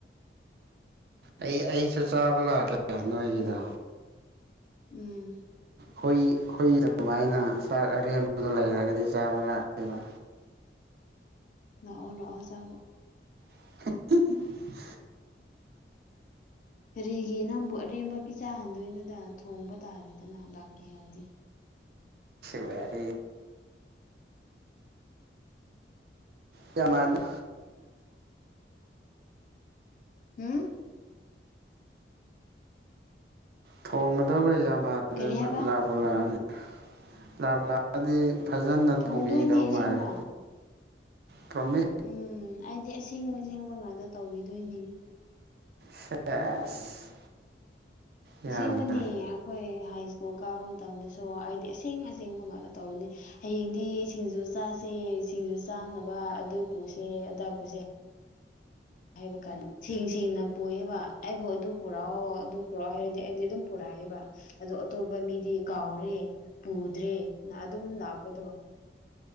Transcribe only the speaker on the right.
ꯑꯩ ꯑꯩꯁꯨ ꯆꯥꯕ ꯂꯥꯛꯀꯦ ꯅꯣꯏꯒꯤꯗ
ꯍꯨꯏ ꯍꯨꯏ ꯗꯨꯃꯥꯏꯅ ꯆꯥꯛ ꯑꯔꯦꯝꯕꯗꯣ ꯂꯩꯔꯒꯗꯤ ꯆꯥꯕ ꯂꯥꯛꯀꯦꯕꯥ
<unintelligible>
ꯋꯥꯔꯤ ꯆꯥꯃꯥꯜꯂꯨ
ꯊꯣꯡꯒꯗꯧꯕ ꯌꯥꯝ ꯃꯥꯜꯂꯦꯕ
ꯂꯥꯛꯄꯨ ꯂꯥꯛꯑꯅꯤ ꯂꯥꯛꯄꯨ ꯂꯥꯛ ꯑꯗꯤ ꯐꯖꯅ
ꯊꯣꯡꯕꯤꯗꯧ
ꯃꯥꯜꯂꯦ ꯄ꯭ꯔꯣꯃꯤ
ꯁꯦꯁ ꯌꯥꯝꯅ